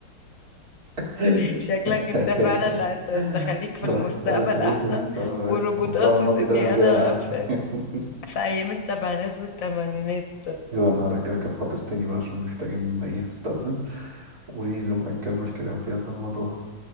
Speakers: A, on the right; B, on the left.
A: فين
B: شكلك انت
A: <laughs>
B: فعلا لا انت انت خليك في
A: رحت
B: المستقبل
A: انا خليفة
B: احسن
A: بس طبعاً
B: والروبوتات
A: موضوع الماضي
B: وسيبني
A: ده مش جاي
B: انا
A: معايا
B: في,
A: <laughs>
B: في ايام السبعينات والثمانينات
A: يلا انا هرجعك الحاضر تاني بقى عشان محتاجين ان ايه استأذن ونبقى نكمل كلام في هذا الموضوع